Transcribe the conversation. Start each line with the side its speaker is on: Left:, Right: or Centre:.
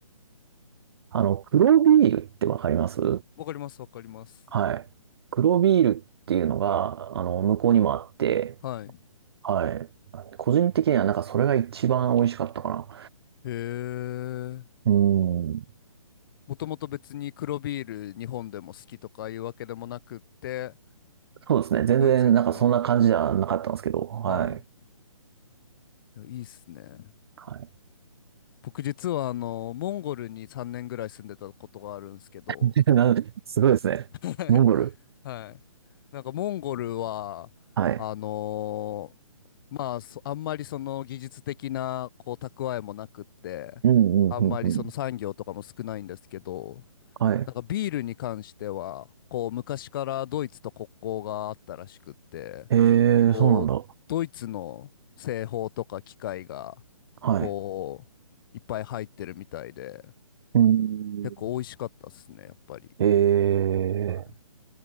Right: あの、黒ビールってわかります
Left: わかります、わかります。
Right: はい。黒ビールっていうのが、あの、向こうにもあって、
Left: はい。
Right: はい。個人的にはなんかそれが一番美味しかったか
Left: へえ。
Right: な。うん。
Left: もともと別に黒ビール日本でも好きとかいうわけでもなくって、
Right: そうですね。全然なんかそんな感じじゃなかったんですけど、
Left: ドイツ行って飲んだら。
Right: はい。
Left: はい。いや、いいっすね。
Right: はい。
Left: 僕実はあの、モンゴルに3年ぐらい住んでたことがあるんですけど、
Right: <laughs> なんすごいですね。
Left: は
Right: モンゴル。
Left: い。はい。なんかモンゴルは、
Right: はい。
Left: あのーまあ、そあんまりその技術的なこう蓄えもなくって、
Right: うんうんうんうん。
Left: あんまりその産業とかも少ないんですけど、
Right: はい。
Left: なんかビールに関しては、こう昔からドイツと国交があったらしくって、
Right: え
Left: こう、
Right: ー、そうなんだ。
Left: ドイツの製法とか機械が、
Right: はい。
Left: こう、いっぱい入ってるみたいで、
Right: うん。
Left: 結構美味しかったっすね、やっぱり。
Right: えー。
Left: はい。